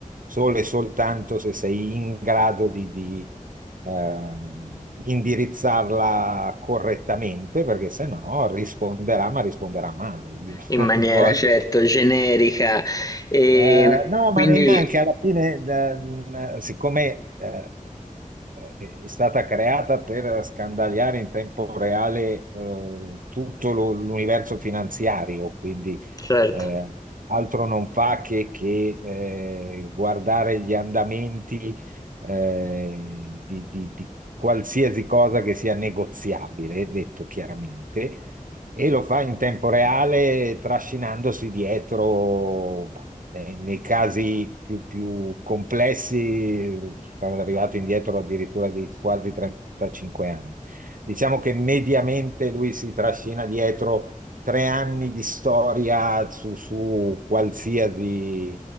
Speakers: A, on the right; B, on the left.
A: solo e soltanto se sei in grado di di- eh, indirizzarla correttamente, perché se no risponderà, ma risponderà male. Io
B: In
A: <laughs> non
B: maniera
A: voglio
B: certo generica. E
A: eh, no,
B: quindi,
A: ma neanche alla fine, da- mh, siccome eh, eh, è stata creata per scandagliare in tempo reale eh, tutto lo- l'universo finanziario, quindi
B: certo,
A: eh, altro non fa che, che, eh, guardare gli andamenti eh, di, di di qualsiasi cosa che sia negoziabile, detto chiaramente. E lo fa in tempo reale, trascinandosi dietro, nei, nei casi più, più complessi, sono arrivato indietro addirittura di quasi 35 anni. Diciamo che mediamente lui si trascina dietro tre anni di storia su, su qualsiasi